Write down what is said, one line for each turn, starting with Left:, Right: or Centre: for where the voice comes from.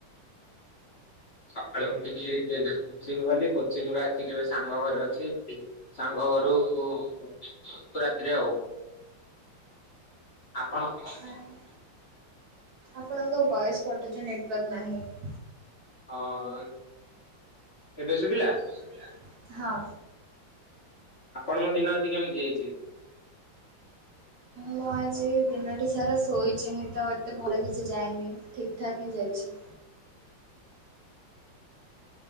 Left: ସକାଳୁ ଉଠିକି ଟିକେ କୋଚିଂ ଗଲି କୋଚିଂରୁ ଆସକି ଏବେ ସାଙ୍ଗ ଘରେ ଅଛି ଏତିକି। ସାଙ୍ଗଘରୁ ବୁ ରାତିରେ ଆଉ। ଆପଣ <inaudible>
Right: ଆ ଆପଣଙ୍କ ଭଏସ୍ କଟୁଚି ନେଟୱାର୍କ ନାହିଁ।
Left: ହଁ ଏବେ ଶୁଭିଲା?
Right: ଶୁଭିଲା? ହଁ।
Left: ଆପଣଙ୍କ ଦିନ ଆଜି କେମିତି ଯାଇଚି?
Right: ମୁଁ ଆଜି ଦିନଟି ସାରା ଶୋଇଚି ହିଁ ତ ଏତେ ଭଲ କିଛି ଯାଇନି ଠିକ୍ ଠାକ୍ ହିଁ ଯାଇଚି।